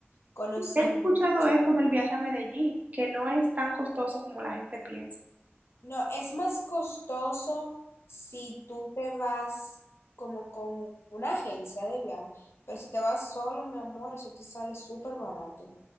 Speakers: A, on the left; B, on the right.
A: Conocí
B: He escuchado
A: mucho
B: esto
A: allí.
B: del viaje a Medellín, que no es tan costoso como la gente piensa.
A: No, es más costoso si tú te vas como con una agencia de viaje, pero si te vas solo, mi amor, eso te sale súper barato.